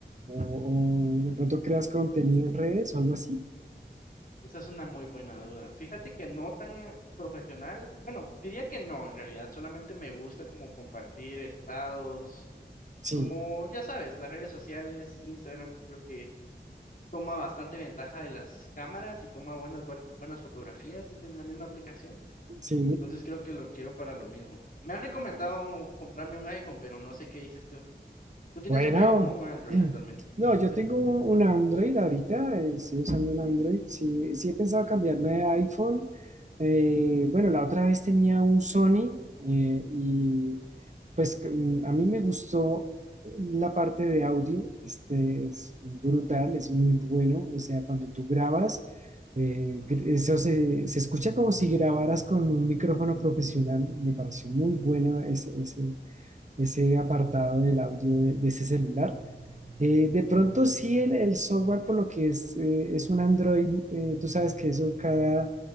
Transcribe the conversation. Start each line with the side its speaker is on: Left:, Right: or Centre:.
Right: o, o de pronto creas
Left: Mm,
Right: contenido en redes o algo así?
Left: Esa es una muy buena duda. Fíjate que no tan profesional. Bueno, diría que no, en realidad solamente me gusta como compartir estados,
Right: Sí,
Left: como ya sabes, las redes sociales, Instagram, creo que toma bastante ventaja de las cámaras y toma buenas, buen- buenas fotografías desde la misma aplicación.
Right: sí.
Left: Entonces creo que lo quiero para lo mismo. Me han recomendado comprarme un iPhone, pero no sé qué dices tú. ¿Tú tienes
Right: Bueno,
Left: un iPhone o un Android actualmente?
Right: <clears throat> no, yo
Left: Hace,
Right: tengo
Left: hace
Right: un
Left: tiempo no
Right: Android
Left: hablamos.
Right: ahorita, eh, estoy usando
Left: Mm,
Right: un Android. Sí, sí he pensado cambiarme a iPhone. Eh,
Left: mm,
Right: bueno, la otra vez tenía un Sony eh, y pues c- mm, a mí me gustó la parte de audio. Este es brutal, es muy bueno. O sea, cuando tú grabas, eh,
Left: ujú,
Right: gr- eso se, se escucha como si grabaras con un micrófono profesional. Me pareció muy bueno ese ese apartado del audio de, de ese celular. Eh, de pronto
Left: ya.
Right: sí el, el software, por lo que es, eh, es un Android, eh, tú sabes que eso cada,